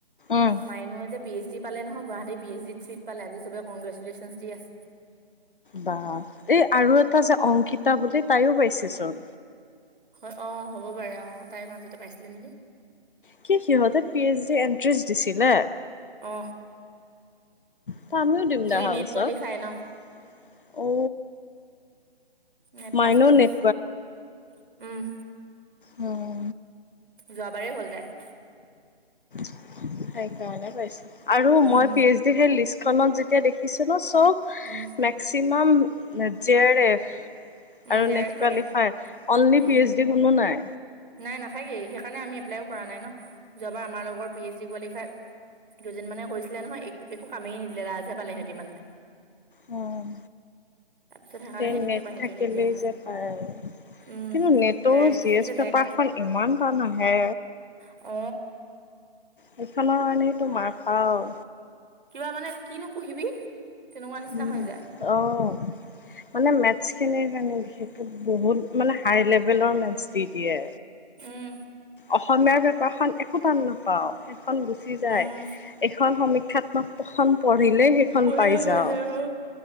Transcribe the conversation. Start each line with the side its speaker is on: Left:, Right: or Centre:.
Left: উম
Right: মাইনুয়ে যে পি এইচ ডি পালে নয় গুৱাহাটী পি এইচ ডিত চিট পালে আজি চবে কগ্ৰেচুলেশ্যন দি আছে।
Left: বা এই আৰু এটা যে অংকিতা বুলি তাইও পাইছে চোন।
Right: হয় অ হ'ব বাৰে অ তাইৰ মাজতে পাইছিলে নেকি।
Left: কি সিহঁতে পি এইচ ডি এন্ট্ৰেন্ঞ্চ দিছিলে।
Right: অ
Left: ত আমিও দিম
Right: হেৰি
Left: দেহা
Right: নেট
Left: ওচৰত
Right: কোৱালিফাই ন
Left: অ
Right: নেট
Left: মাইনো
Right: পাছ কৰি থৈছো
Left: নেট
Right: উম
Left: উম
Right: যোৱাবাৰেই হ'ল তাই
Left: সেইকাৰণে পাইছো আৰু মই
Right: উম
Left: পি এইচ ডি সেই লিষ্টখনত যেতিয়া দেখিছো ন চব
Right: উম
Left: মেক্সিমাম জে আৰ এফ
Right: উম
Left: আৰু
Right: জে
Left: নেট
Right: আৰ এফ থাকে
Left: qualifier only
Right: um
Left: P H D কোনো নাই।
Right: নাই নাথাকে সেইকাৰণে আমি এপ্লাইও কৰা নাই ন যোৱাবাৰ আমাৰ লগৰ পি এইচ কোৱালিফাই দুজন মানে কৰিছিলে নহয় এক একো কামে নিদিলে লাজে পালে সিহঁতি মানে
Left: উম
Right: তাৰপিছত সেইকাৰণে
Left: সেই
Right: তেতিয়াৰ
Left: নেট
Right: পৰা সেইটোৱে
Left: থাকিলে
Right: নিদিয়া হ'ল
Left: যে পায় আৰু
Right: উম
Left: কিন্তু নেটৰো
Right: জে আৰ এফটো
Left: চিৰিয়াজ
Right: থাকিলে
Left: পেপাৰখন
Right: ডাইৰেক্ট পায়
Left: ইমান টান আহে।
Right: অ
Left: সেইখনৰ কাৰণে তো মাৰ খাও।
Right: কিবা মানে কিনো পঢ়িবি। তেনেকুৱা নিচিনা
Left: উম
Right: হৈ যায়
Left: আহ মানে মেথছ খিনিৰ কাৰণে বিশেষকে বহুত মানে হাই লেভেলৰ মেথছ দি দিয়ে।
Right: উম
Left: অসমীয়াৰ বেপাৰখন একো টান নাপাও। খন গুচি যায়,
Right: উম
Left: এখন সমীক্ষাখন পঢ়িলে
Right: পঢ়িলে
Left: পাৰিছা
Right: হৈ
Left: অঁ,
Right: যায় অ